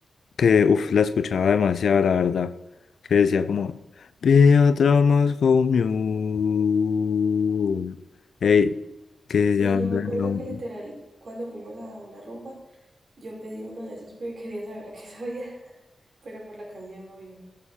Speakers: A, on the left; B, on the right.
A: que, uff, la escuchaba demasiado, la verdad. Que decía como, pide otro Moscow Mule. Ey, que
B: Sí,
A: llevando
B: yo me acuerdo
A: el nombre.
B: que literal, cuando fuimos a una rumba, yo pedí uno de esos porque <laughs> quería saber a qué sabía, <laughs> pero por la canción no yo.